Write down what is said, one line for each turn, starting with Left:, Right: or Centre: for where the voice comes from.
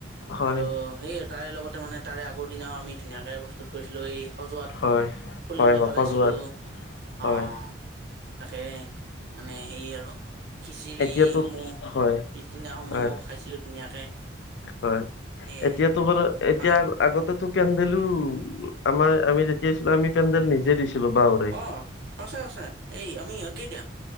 Left: হয়
Right: আৰু সেইয়ে তাৰে লগতে মানে তাৰে আগৰ দিনাও আমি ধুনীয়াকে প্ৰস্তুত কৰিছিলো এই সজোৱাত।
Left: হয়
Right: ফুলৰে
Left: হয় হয়
Right: সজাইছিলো
Left: সজোৱাৰ হয়
Right: অ'। তাকে মানে সেই আৰু। এইসমূহ
Left: এতিয়াতো হয়
Right: পিছদিনা সমূহ
Left: হয়
Right: খাইছিলোঁ ধুনীয়াকে।
Left: হয়,
Right: এয়ে
Left: এতিয়াতো বাৰু এতিয়া
Right: হয়
Left: আগতে পেণ্ডেলো আমাৰ আমি যেতিয়া আছিলো, আমি পেণ্ডেল নিজে দিছিলো বাহঁৰে।
Right: অ'সচাঁ সচাঁ এই আমি ইয়াতে দিয়া,